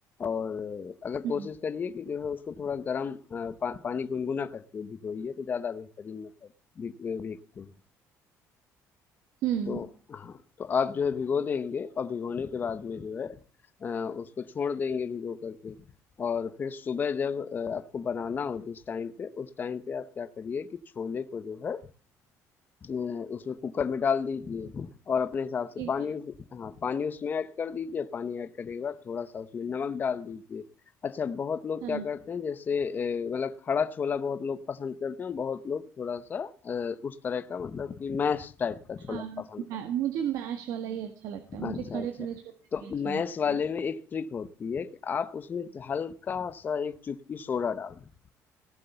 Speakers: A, on the left (about 30°); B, on the right (about 80°).
A: और अ, अगर
B: हम्म,
A: कोशिश करिए कि जो है उसको थोड़ा गर्म अ, पा, पानी गुनगुना करके भिगोइए तो ज़्यादा बेहतरीन मतलब भीग भीगते हैं
B: हम्म,
A: तो हाँ तो आप जो है भिगो देंगे और भिगोने के बाद में जो है अ, उसको छोड़ देंगे भिगो करके और फिर सुबह जब अ, आपको बनाना हो जिस टाइम पे उस टाइम पे आप क्या करिए कि छोले को जो है अ, उसमें कुकर में डाल दीजिए और अपने हिसाब से
B: ठीक
A: पानी
B: है
A: उस हाँ पानी उसमें ऐड कर दीजिए पानी ऐड करने के बाद थोड़ा सा उसमें नमक डाल दीजिए अच्छा बहुत लोग
B: हाँ
A: क्या करते हैं जैसे अ, मतलब खड़ा छोला बहुत लोग पसंद करते हैं बहुत लोग थोड़ा सा अ, उस तरह का मतलब कि मैश टाइप का
B: हाँ
A: छोला पसंद
B: मै- मुझे मैश वाला ही अच्छा लगता है मुझे
A: अच्छा
B: खड़े
A: अच्छा
B: खड़े छोले भी
A: तो
B: अच्छे
A: मैथ्स
B: लगते
A: वाले
B: हैं
A: में एक ट्रिक होती है कि आप उसमें हल्का सा एक चुटकी सोडा डाल दें